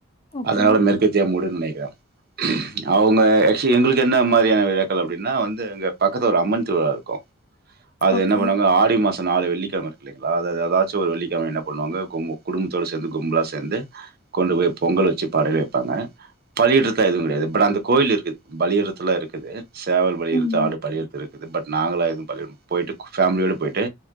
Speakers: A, on the left; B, on the right.
A: ஓகே.
B: அதாவது மேற்கத்திய மூடுன்னு நெனைக்கிறே அவுங்க அக்சுவலி எங்களுக்கு என்ன மாதிரியான விழாக்கள் அப்டின்னா வந்து எங்க பக்கத்து ஒரு அம்மன் திருவிழாருக்கு அது
A: ஓகே.
B: என்ன பண்ணாங்க ஆடு மாசம் தா ஆடி வெள்ளிக்கிழமை இருக்கு இல்லைங்களா அது ஏதாச்சு ஒரு வெள்ளிக்கிழமை என்ன பண்ணுவாங்க குடும்பத்தோடு சேந்து கும்பலாக சேந்து கொண்டு போய் பொங்கல் வெச்சு படையல் வெப்பாங்க பலியிறது எதுவு கிடையாது பட் அந்த கோவில் இருக்குது பலியிடுதெல்லா இருக்குது சேவல்பலி
A: ம்.
B: இருக்கு ஆடு பலி இருக்குது பட் நாங்கெல்லா எதும் பலியிட் போயிட்டு ஃபேமிலியோட போயிட்டு